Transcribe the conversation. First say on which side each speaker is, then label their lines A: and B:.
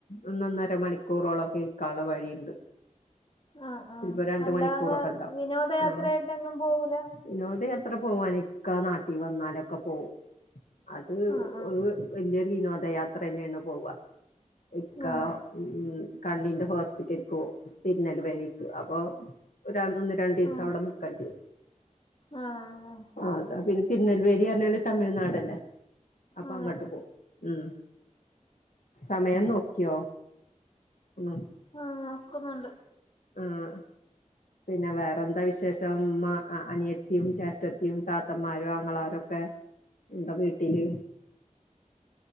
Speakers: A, on the left; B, on the left.
A: ഒന്നന്നര മണിക്കൂറോളം കള വഴിയുണ്ട്
B: ആഹ് ആഹ്
A: ചിലപ്പോ രണ്ട
B: അല്ലാതെ
A: മണിക്കൂറൊക്കെ ഉണ്ടാവും
B: വിനോദയാത്രയായിട്ട്
A: ആ
B: എങ്ങും പോവൂല
A: വിനോദയാത്ര പോകാനൊക്കെ നാട്ടിൽ വന്നാലൊക്കെ പോകവും അത്
B: ആഹ്
A: വലിയരു വിനോദ യാത്ര തന്നെയാണ് പോവുക ഇക്ക
B: ആഹ്
A: ഉ കണ്ണിന്റെ ഹോസ്പിറ്റൽ കോ തിരുനൽ വഴി അപ്പൊ ഒ ഒന്ന് രണ്ടു ദിവസം
B: ആഹ്
A: അവിടെ നക്കണ്ടി
B: ആഹ് ആഹ്
A: ആ അതാ പിന്നെ തിരുനെൽവേലി പറഞ്ഞാല് തമിഴ്നാടല്ലേ അപ്പൊ
B: അതെ
A: അങ്ങോട്ട് പോകും ഉ സമയം നോക്കിയോ ഉ
B: ആഹ നക്കുന്നുണ്ട്ണ്ട്
A: ആഹ പിന്നെ വേറെന്താ വിശേഷം അനിയത്തിയും ചേഷ്ഠത്തിയും ത മത്തന്മാരോ അങ്ങളാരൊക്കെ എന്താ വീട്ടില്